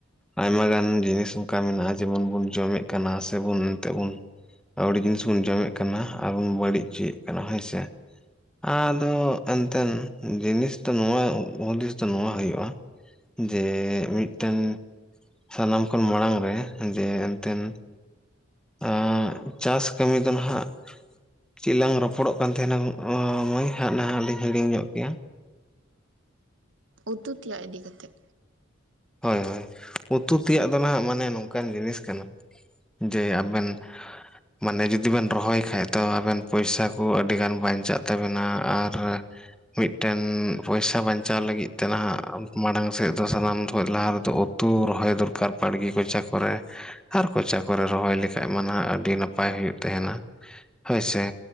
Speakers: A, in the centre; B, on the right (about 70°).
A: ᱟᱭᱢᱟ ᱜᱟᱱ ᱡᱤᱱᱤᱥ ᱚᱝᱠᱟ ᱢᱮᱱᱟᱜᱼᱟ ᱡᱮᱢᱚᱱ ᱵᱚᱱ ᱡᱚᱢᱮᱜ ᱠᱟᱱᱟ ᱥᱮᱵᱚᱱ ᱮᱱᱛᱮ ᱵᱚᱱ ᱟᱹᱣᱲᱤ ᱡᱤᱱᱤᱥ ᱵᱚᱱ ᱡᱚᱢᱮᱜ ᱠᱟᱱᱟ, ᱟᱨᱵᱚᱱ ᱵᱟᱹᱲᱤᱜ ᱚᱪᱚᱭᱮᱜ ᱠᱟᱱᱟ ᱦᱳᱭ ᱥᱮ᱾ ᱟᱫᱚ ᱮᱱᱛᱮᱱ ᱡᱤᱱᱤᱥ ᱫᱚ ᱱᱚᱣᱟ ᱦᱩᱫᱤᱥ ᱛᱚ ᱱᱚᱣᱟ ᱦᱩᱭᱩᱜᱼᱟ ᱡᱮ ᱢᱤᱫᱴᱮᱱ ᱥᱟᱱᱟᱢ ᱠᱷᱚᱱ ᱢᱟᱲᱟᱝ ᱨᱮ ᱡᱮ ᱮᱱᱛᱮᱱ ᱟᱸ ᱪᱟᱥ ᱠᱟᱹᱢᱤ ᱫᱚ ᱱᱟᱦᱟᱜ ᱪᱮᱜ ᱞᱟᱝ ᱨᱚᱯᱚᱲᱚᱜ ᱠᱟᱱ ᱛᱟᱦᱮᱱᱟ ᱟᱸ ᱢᱟᱹᱭ ᱦᱟᱸᱜ ᱱᱟᱦᱟᱜ ᱞᱤᱧ ᱦᱤᱲᱤᱧ ᱧᱚᱜ ᱠᱮᱭᱟ?
B: ᱩᱛᱩ ᱛᱮᱭᱟᱜ ᱤᱫᱤ ᱠᱟᱛᱮᱜ᱾
A: ᱦᱳᱭ ᱦᱳᱭ ᱩᱛᱩ ᱛᱮᱭᱟᱜ ᱫᱚ ᱱᱟᱦᱟᱜ ᱢᱟᱱᱮ ᱱᱚᱝᱠᱟᱱ ᱡᱤᱱᱤᱥ ᱠᱟᱱᱟ ᱡᱮ ᱟᱵᱮᱱ ᱢᱟᱱᱮ ᱡᱩᱫᱤ ᱵᱮᱱ ᱨᱚᱦᱚᱭ ᱠᱷᱟᱡ ᱛᱚ ᱟᱵᱮᱱ ᱯᱚᱭᱥᱟ ᱠᱚ ᱟᱹᱰᱤᱜᱟᱱ ᱵᱟᱧᱪᱟᱜ ᱛᱟᱵᱮᱱᱟ ᱟᱨ ᱢᱤᱫᱴᱮᱱ ᱯᱚᱭᱥᱟ ᱵᱟᱧᱪᱟᱣ ᱞᱟᱹᱜᱤᱫ ᱛᱮ ᱱᱟᱦᱟᱜ ᱢᱟᱲᱟᱝ ᱥᱮᱫ ᱫᱚ ᱥᱟᱱᱟᱢ ᱠᱷᱚᱡ ᱞᱟᱦᱟ ᱨᱮᱫᱚ ᱩᱛᱩ ᱨᱚᱦᱚᱭ ᱫᱚᱨᱠᱟᱨ ᱵᱟᱲᱜᱮ ᱠᱚᱪᱟ ᱠᱚᱨᱮ ᱾ ᱟᱨ ᱠᱚᱪᱟ ᱠᱚᱨᱮ ᱨᱚᱦᱚᱭ ᱞᱮᱠᱷᱟᱡ ᱢᱟ ᱱᱟᱦᱟᱜ ᱟᱹᱰᱤ ᱱᱟᱯᱟᱭ ᱦᱩᱭᱩᱜ ᱛᱟᱦᱮᱱᱟ <inaudible> ᱦᱳᱭᱥᱮ